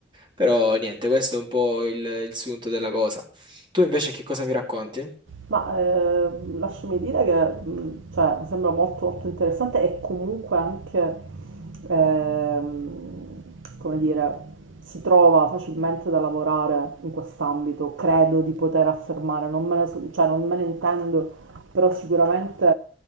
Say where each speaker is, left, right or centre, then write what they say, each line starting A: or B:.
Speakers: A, on the right (about 25°); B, on the right (about 85°).
A: Però niente, questo è un po' il, il sunto della cosa. Tu invece che cosa mi racconti?
B: Ma eh, lasciami dire che mh, cioè, mi sembra molto, molto interessante e comunque anche, ehm, come dire, si trova facilmente da lavorare in quest'ambito, credo di poter affermare, non me ne, so- cioè, non me ne intendo, però sicuramente